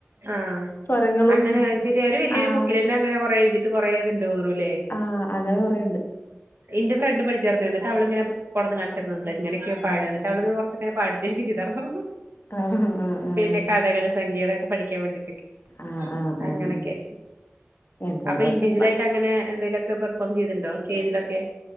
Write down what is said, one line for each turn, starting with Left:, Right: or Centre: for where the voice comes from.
Right: ആഹ്.
Left: സ്വരങ്ങളും
Right: അങ്ങനെ ശര്യാ. ഒരു വല്ല്യോരു
Left: ആഹ്
Right: ബുക്കിലന്നേ അങ്ങനെ കൊറെ എഴുതി. കൊറേത്ണ്ട് തോന്നുണുല്ലേ?
Left: ആഹ് അങ്ങനെ കൊറേണ്ട്.
Right: ഇന്റെ ഫ്രണ്ട് പഠിച്ചാർന്ന്. എന്നിട്ട് അവളിങ്ങനെ ബുക്ക് കൊടന്ന് കാണിച്ചർന്നിണ്ടായി ഇങ്ങനൊക്കെയാ പാടാന്ന്.
Left: ആഹ്
Right: എന്നിട്ട് അവള് കൊറച്ച ഇങ്ങനെ പാടിത്തര്യൊക്കെ ചെയ്താർന്നു.
Left: ആഹ് ആഹ് ആഹ്.
Right: പിന്നെ കഥകള് സംഗീതൊക്കെ പഠിക്കാൻ വേണ്ടിട്ടൊക്കെ,
Left: ആഹ് ആഹ്
Right: അങ്ങനെയൊക്കെ.
Left: ആഹ് എന്തെങ്കിലൊക്കെ
Right: അപ്പൊ ഇൻഡിവിജ്വൽ ആയിട്ട് അങ്ങനെ എന്തേലുമൊക്കെ പെർഫോം ചെയ്തിട്ട്ണ്ടോ സ്റ്റേജിലൊക്കെ?